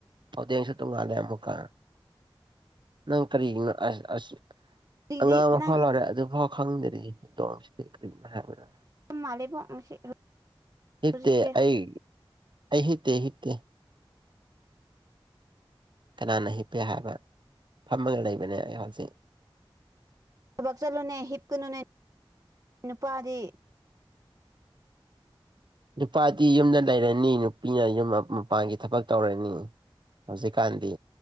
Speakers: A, on the right; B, on the right.
A: ꯍꯧꯗꯦꯡꯁꯨ ꯇꯣꯡꯉꯥꯟꯜꯂꯦ ꯑꯃꯨꯛꯀꯥ ꯅꯪ ꯀꯔꯤꯅꯣ ꯑꯁ ꯑꯁ
B: ꯍꯧꯖꯤꯛꯇꯤꯗꯤ
A: ꯑꯉꯥꯡ ꯑꯃ
B: ꯅꯪ
A: ꯐꯥꯎ ꯂꯧꯔꯦ ꯑꯗꯨꯐꯥꯎ ꯈꯪꯗꯔꯤ ꯅꯣꯡꯁꯤꯗꯤ ꯀꯔꯤꯅꯣ ꯍꯥꯏꯕꯗ
B: ꯃꯥꯂꯦꯕꯣ ꯉꯁꯤ
A: ꯍꯤꯞꯇꯦ
B: ꯍꯧꯖꯤꯀꯁꯦ
A: ꯑꯩ ꯑꯩ ꯍꯤꯞ ꯇꯦ ꯍꯤꯞꯇꯦ ꯀꯅꯥꯅ ꯍꯤꯞꯄꯦ ꯍꯥꯏꯕ ꯐꯝꯃꯒ ꯂꯩꯕꯅꯦ ꯑꯩ ꯍꯧꯖꯤꯛ
B: ꯊꯕꯛ ꯆꯠꯂꯨꯅꯦ ꯍꯤꯞꯀꯅꯨꯅꯦ ꯅꯨꯄꯥꯗꯤ
A: ꯅꯨꯄꯥꯗꯤ ꯌꯨꯝꯗ ꯂꯩꯔꯅꯤ ꯅꯨꯄꯤꯅ ꯌꯨꯝ ꯃꯄꯥꯟꯒꯤ ꯊꯕꯛ ꯇꯧꯔꯅꯤ ꯍꯧꯖꯤꯛꯀꯥꯟꯗꯤ